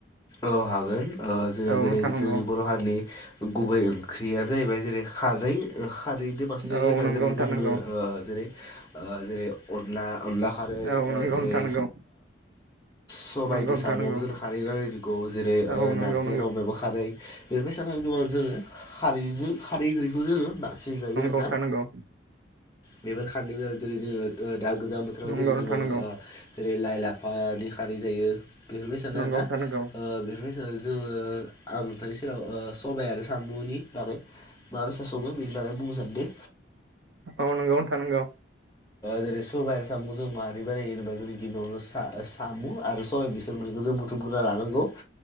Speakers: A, on the left; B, on the right.
A: औ हागोन ओ जोङो
B: औ
A: जेरै
B: नोंथां नंगौ
A: जोंनि बर' हारिनि गुबै ओंख्रिया जाहैबाय जेरै खारै खारैजों बांसिन जायो
B: औ
A: आरोना
B: नंगौ
A: जेरै
B: नोंथां
A: जोंनो
B: नंगौ
A: जेरै जेरै अनला अनला खारै
B: औ नंगौ
A: जेरै
B: नोंथां नंगौ
A: सबायजों
B: नंगौ नोंथां
A: साम'बो
B: नंगौ
A: जोंना खारै <unintelligible> जेरै
B: औ नंगौ
A: नारजि
B: नंगौ
A: <unintelligible> बा खारै बेफोरबायसा <unintelligible> जोङो खारैजों खारै ओंख्रिखौ जोङो सिनजायो आरोना
B: नोंथां नंगौ
A: बेफोर <unintelligible> उनाव जेरै जोङो दा गोजाम बोथोराव
B: नंगौ
A: जेरै
B: नोंथां
A: जोङो
B: नंगौ
A: जेरै लाइ लाफानि खारै जायो बेफोरबायसानो
B: नंगौनो
A: आरोना
B: थानांगौ
A: बेफोरबायसानो जोङो आं नोंथांनि सेराव सबाइ आरो साम'नि बागै माबायसा सङो बेनि बागै बुंनो सानदों।
B: औ नंगौ नोंथा नोंगौ।
A: जेरै सबाइ साम'जों मारै बानायो होनोबा <unintelligible> गिबियावनो सा-सामु आरो सबाय बिसोर मोननैखौ जों बुथुमगोरना लानांगौ।